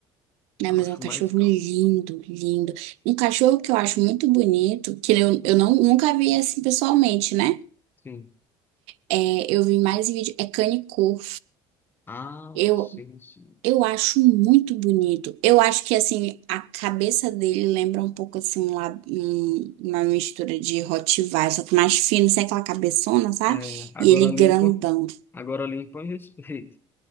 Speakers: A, on the right; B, on the left.
A: Né?
B: Eu
A: Mas
B: Acho
A: é um cachorro
B: mais calmo.
A: lindo, lindo. Um cachorro que eu acho muito bonito, que eu, eu não, nunca vi assim pessoalmente, né?
B: Sim.
A: É, eu vi mais em vídeo, é Canicor.
B: Ah,
A: Eu,
B: sim, sim.
A: eu acho muito bonito. Eu acho que, assim, a cabeça dele lembra um pouco, assim, um, lab- um- uma mistura de Rottweiler, só que mais fino, sem aquela cabeçona, sabe?
B: É, agora
A: E ele
B: limpa.
A: grandão.
B: Agora limpa em respeito.